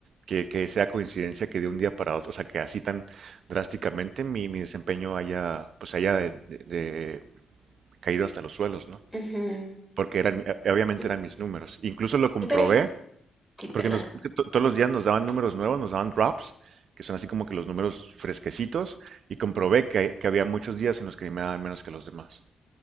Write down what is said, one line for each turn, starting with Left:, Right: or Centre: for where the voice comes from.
Right: que, que sea coincidencia que de un día para otro, o sea, que así tan drásticamente mi, mi desempeño haya, pues haya de- de- de- caído hasta los suelos, ¿no?
Centre: Ujú.
Right: Porque eran, mi- obviamente
Centre: Y-
Right: eran mis números. Incluso lo comprobé
Centre: Pero, y- sí, perdón.
Right: porque nos- que to- todos los días nos daban números nuevos, nos daban drops, que son así como que los números fresquecitos, y comprobé que, que había muchos días en los que me daban menos que los demás.